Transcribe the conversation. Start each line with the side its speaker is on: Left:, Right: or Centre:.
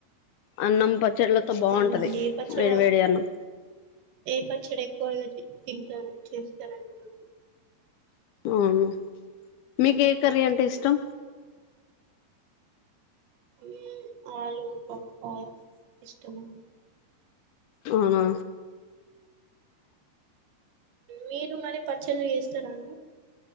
Left: అన్నం పచ్చళ్ళతో బాగుంటది
Right: అవునండి ఏ పచ్చడా
Left: వేడి వేడి అన్నం
Right: ఏ పచ్చడి ఎక్కువ తింటారు చేస్తారండి మీరు
Left: అవును మీకు ఏ కర్రీ అంటే ఇష్టం
Right: ఉ ఆలు వంకాయ ఇష్టము
Left: అవునా
Right: మీరు మరి పచ్చళ్ళు చేస్తారండి